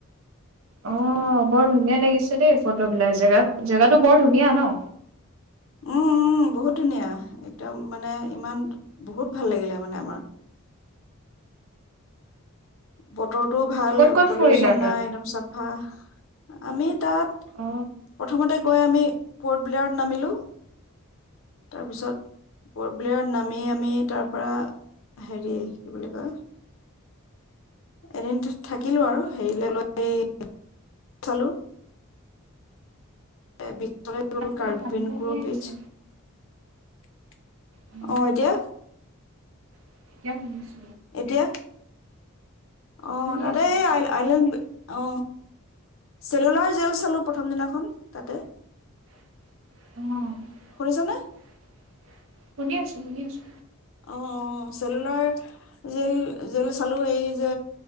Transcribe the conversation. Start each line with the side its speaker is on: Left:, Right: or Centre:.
Right: অহ', বৰ ধুনীয়া লাগিছে দেই ফটোবিলাই। জেগা জেগটো বৰ ধুনীয়া ন?
Left: উম', - উম', বহুত ধুনীয়া একদম মানে ইমান বহুত ভাল লাগিলে মানে আমাৰ। বতৰটোও ভাল
Right: ক'ত ক'ত
Left: পলিউচন
Right: ফুৰিলা তাত?
Left: নাই একদম চব বাহ', আমি তাত।
Right: অ,
Left: প্ৰথমতে গৈ আমি। কৰ্ট ব্লেয়ৰ্ড নামিলো। তাৰপিছত বৰব্লেয়াৰ। নামি আমি তাৰ পৰা হেৰি কি বুলি কয় এদিন থাকিলো আৰু হেৰিলৈ লৈ <unintelligible> চালো। বিদালয় <unintelligible> হল
Right: কিবা
Left: কাৰ্বনকুৰ
Right: ভাঙি ভাঙি আহিছে।
Left: বীচ। অহ',
Right: অ
Left: এতিয়া।
Right: <unintelligible>
Left: এতিয়া অ',
Right: শুনি
Left: তাতেই
Right: আছো এতিয়া।
Left: আই-আইলেণ্ড অ, চেলুলাৰ জেল চালো প্ৰথম দিনাখন তাতে।
Right: অ'।
Left: শুনিছানে
Right: শুনি আছো, শুনি আছো।
Left: অ', অ', চেলুলাৰ জেল-জেল চালো এই যে